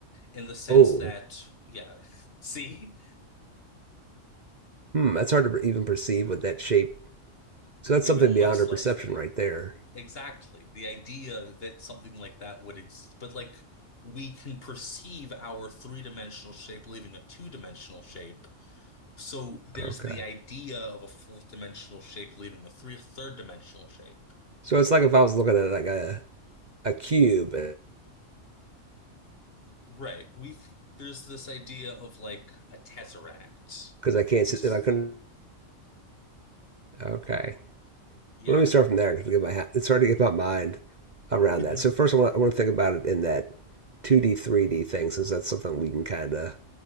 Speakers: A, on the left; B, on the right.
A: in the sense
B: Oh,
A: that, yeah, see,
B: hmm. That's hard to even perceive with that shape
A: <laughs>
B: So that's
A: even
B: something beyond
A: looks
B: our perception
A: like
B: right there.
A: exactly the idea that something like that would exist, but like we can perceive our three-dimensional shape leaving a two-dimensional shape. So there's
B: Okay.
A: the idea of a fourth-dimensional shape leaving a three third-dimensional shape.
B: So it's like if I was looking at like a, a cube
A: Right. We there's this idea of like a tesseract,
B: because I can't
A: which
B: see,
A: is
B: if I couldn't. Okay.
A: yeah.
B: Well, Let me start from there because my ha- it's hard to get my mind around
A: <laughs> hmm
B: that. So first, I want, I want to think about it in that 2D, 3D thing, since that's something we can kind of